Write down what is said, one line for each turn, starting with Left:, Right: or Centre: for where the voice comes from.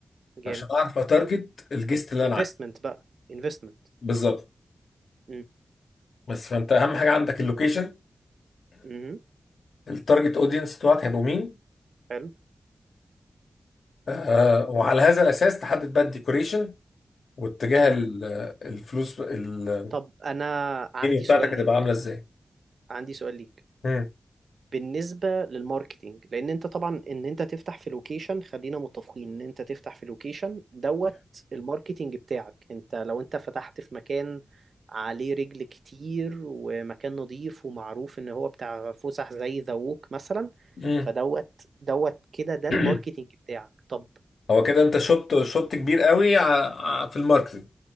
Right: جامد
Left: عشان اعرف اتارجت الجست اللي
Right: انفستمنت
Left: انا عايزه
Right: بقى انفستمنت
Left: بالظبط
Right: مم.
Left: بس فانت اهم حاجه عندك اللوكيشن
Right: مم.
Left: التارجت اودينس بتوعك هيبقوا مين
Right: حلو
Left: آه وعلى هذا الاساس تحدد بقى الديكوريشن واتجاه
Right: مم.
Left: ال- الفلوس المنيو
Right: طب انا عندي
Left: بتاعتك
Right: سؤال ليك
Left: هتبقى عامله ازاي
Right: عندي سؤال ليك
Left: مم.
Right: بالنسبة للماركتينج لان انت طبعا ان انت تفتح في لوكيشن خلينا متفقين ان انت تفتح في لوكيشن دوت الماركتينج بتاعك انت لو انت فتحت في مكان عليه رجل كتير ومكان نظيف ومعروف ان هو بتاع فسح زي ذا ووك مثلا
Left: مم.
Right: فدوت دوت كده ده
Left: <clears throat>
Right: الماركتينج بتاعك طب
Left: هو كده انت شوت شوت كبير قوي ع- ع- في الماركتنج